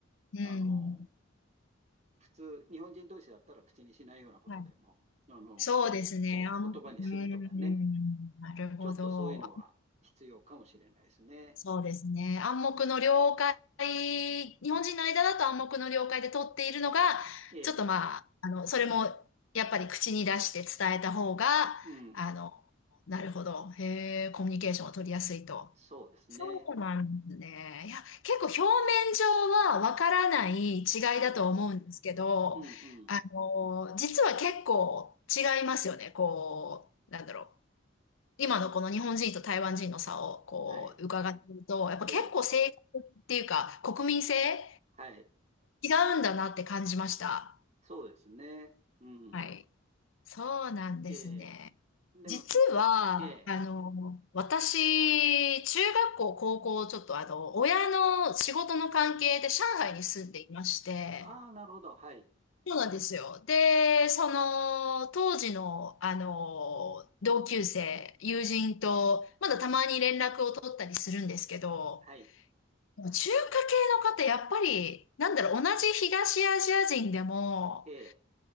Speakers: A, on the left; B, on the right.
A: うん。
B: あの、普通、日本人同士だったら口にしないようなことでも、
A: はい。
B: あの、
A: そうですね。
B: 口に、えー言葉にするとかね、
A: あん、うん、なるほど。
B: ちょっとそういうのは必要かもしれないですね。
A: そうですね。暗黙の了解、日本人の間だと暗黙の了解で取っているのが、
B: ええ、
A: ちょっとまあ、あの、それもやっぱり口に出して伝えた方が、
B: うん、
A: あの、なるほど。へえ、コミュニケーションを取りやすいと。
B: そうですね。
A: そうなんですね。いや、結構表面上はわからない違いだと思うんですけど、
B: はい。うん、うん、
A: あの、実は結構違いますよね。こう、なんだろう。今のこの日本人と台湾人の差をこう伺っていると、
B: はい。
A: やっぱ結構性格っていうか国民性
B: ええ、はい、
A: 違うんだなって感じました。
B: そうですね。うん。
A: はい。そうなんですね。
B: ええ、でもちょっと、
A: 実は、
B: ええ、
A: あの、私、中学校、高校、ちょっとあの、親の仕事の関係で上海に住んでいまして、
B: ああー、なるほど、はい、
A: そうなんですよ。で、その、当時の、あの、同級生、友人と、まだたまに連絡を取ったりするんですけど、
B: はい、
A: 中華系の方、やっぱり、なんだろう、同じ東アジア人でも、
B: ええ、